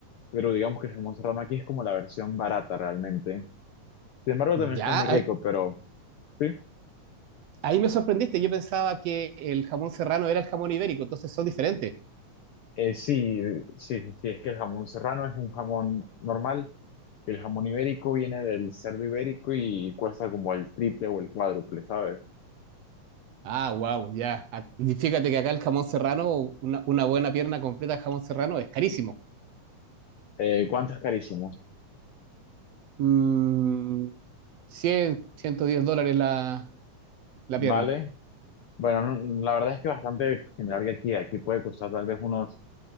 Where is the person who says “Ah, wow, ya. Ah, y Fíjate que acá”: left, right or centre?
Right